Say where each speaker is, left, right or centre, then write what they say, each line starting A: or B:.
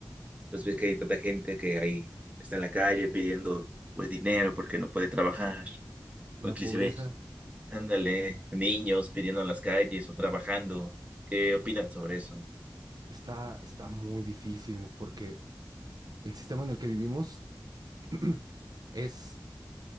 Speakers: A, on the right; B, on the right.
A: Pues ves que hay tanta gente que ahí está en la calle pidiendo pues dinero porque no puede trabajar,
B: La
A: o inclusive,
B: pobreza
A: ándale, niños pidiendo en las calles o trabajando. ¿Qué opinas sobre eso?
B: está, está muy difícil porque el sistema en el que vivimos <clears throat> es,